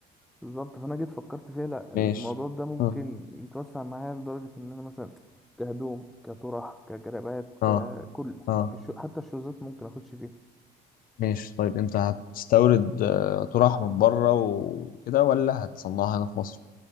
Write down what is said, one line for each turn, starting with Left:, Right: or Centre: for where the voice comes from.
Centre: بالظبط فانا جيت فكرت فيها لا الموضوع
Left: ماشي
Centre: ده ممكن
Left: اه
Centre: يتوسع معايا لدرجه ان انا مثلا كهدوم كطرح كجرابات ككله
Left: اه اه
Centre: الشو- حتى الشوزات ممكن اخش فيه
Left: ماشي طيب انت هتستورد آه، طرح من بره وكده ولا هتصنعها هنا في مصر